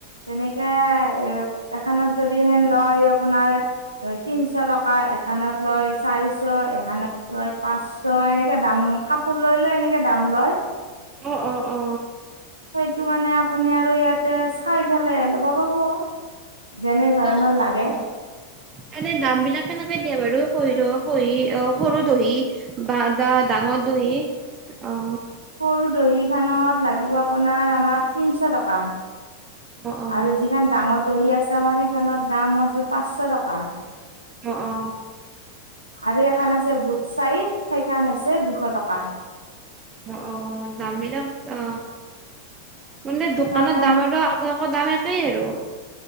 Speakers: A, on the right; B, on the right.
A: তেনেকে এ এখানত যদিহে লয় আপোনাৰ তিনশ টকা, এখানত লয় চাৰিশ, এখনত লয় পাঁচ শ এনেকে দাম কাপোৰ লৈ লৈ এনেকে দাম লয়।
B: অ অ অ
A: সেইটো মানে আপুনি আৰু ইয়াতে চাই পেলাই ল'ব পাব। যেনে ধৰণৰ
B: অ
A: লাগে
B: অ অ এনে দাম বিলাক কেনেকে দিয়ে বাৰু শৰিৰ সৰি অ সৰু দহি বা দা ডাঙৰ দহি অ
A: সৰু দহিখনত লাগিব আপোনাৰ আমাক তিনিশ টকা
B: অ অ
A: আৰু যিখন ডাঙৰ দহি আছে আমাৰ সেইখনত দাম হৈছে পাঁচশ টকা।
B: অ অ
A: আৰু এইখন আছে বুড চাইড সেইখন হৈছে দুশ টকা।
B: অ অ দাম বিলাক অ মানে
A: সেনেকুৱাকে
B: দোকানৰ
A: আমি
B: দাম আৰু আপোনালোকৰ দাম একেই আৰু।